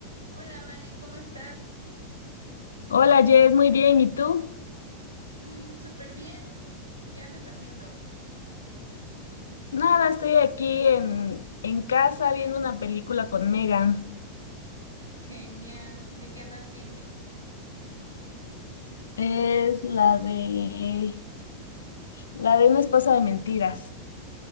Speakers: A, on the right; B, on the left.
A: Hola, Vane, ¿cómo estás?
B: Hola Jess, muy bien. ¿Y tú?
A: Mm, súper bien. ¿Qué andas haciendo?
B: Nada, estoy aquí en, en casa viendo una película con Megan.
A: Genial. ¿De qué andas viendo?
B: Es la de la de una esposa de mentiras.